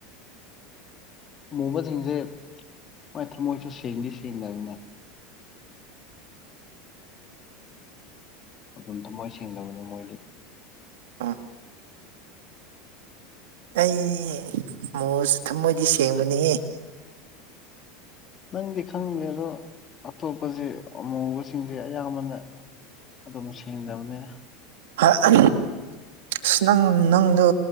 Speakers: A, on the left; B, on the right.
A: ꯃꯨꯕꯁꯤꯡꯁꯦ ꯃꯣꯏ ꯊꯃꯣꯏꯁꯨ ꯁꯦꯡꯗꯤ ꯁꯦꯡꯗꯕꯅ‌ꯦ ‌ꯎꯝ ꯊꯃꯣꯏ ꯁꯦꯡꯗꯕꯅꯤ ꯃꯣꯏꯗꯤ
B: ꯑꯥ ꯑꯩ ꯃꯨꯔꯁꯨ ꯊꯝꯃꯣꯏꯗꯤ ꯁꯦꯡꯕꯅꯤ ꯍ‌ꯦ
A: ꯅꯪꯗꯤ ꯈꯪꯗꯦ ꯑꯗꯣ ꯑꯇꯣꯞꯄꯁ‌ꯦ ꯑꯃꯨꯕꯁꯤꯡꯁꯦ ꯑꯌꯥꯝꯕꯅ ꯑꯗꯨꯝ ꯁꯦꯡꯗꯕꯅꯦ
B: ꯍ ꯑ ꯑꯁ ꯅꯪ ꯅꯪꯗꯣ